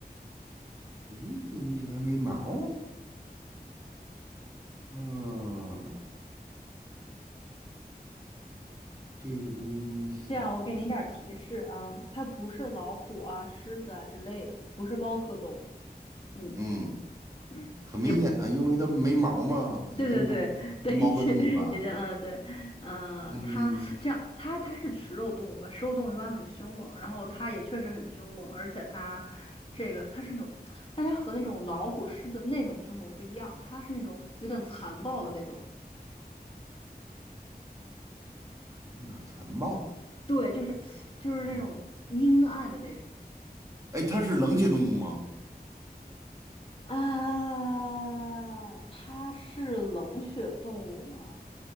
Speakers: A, on the right (about 20°); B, on the left (about 35°).
A: 诶，这个东西还没毛儿嗯，这个东西，
B: 这样，我给您点儿提示啊，它不是老虎啊、狮子啊之类的，不是猫科动物。嗯
A: 嗯，
B: 嗯，
A: 很明显啊，
B: 也不。
A: 因为它没毛儿嘛，已经不
B: 对对对对，
A: 猫个物了。
B: 一些一些，嗯，对，嗯，
A: 嗯，
B: 它这样，它它是食肉动物对吧？食肉动物一般很凶猛，然后它也确实很凶猛，而且它这个它是那种，但它和那种老虎、狮子那种凶猛不一样，它是那种有点残暴的那种，
A: 有点残暴。
B: 对，就是就是那种阴暗的那种。
A: 嗯，哎，它是冷血动物吗？
B: 啊，它是冷血动物吗？